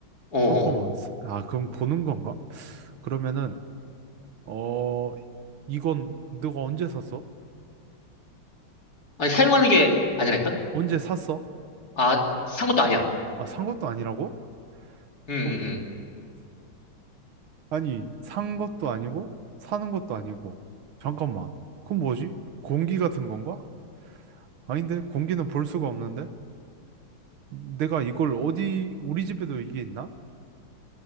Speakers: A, on the left; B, on the right.
A: 어, 어.
B: 잠깐만. 아, 그럼 보는 건가? 그러면은, 어, 이건 너가 언제 샀어?
A: 아니, 사용하는 게 아니라니까?
B: 언제 샀어?
A: 아, 산 것도 아니야.
B: 아, 산 것도 아니라고?
A: 음, 음,
B: 어,
A: 음.
B: 아니, 산 것도 아니고, 사는 것도 아니고. 잠깐만. 그건 뭐지? 공기 같은 건가? 아닌데, 공기는 볼 수가 없는데? 내가 이걸 어디, 우리 집에도 이게 있나?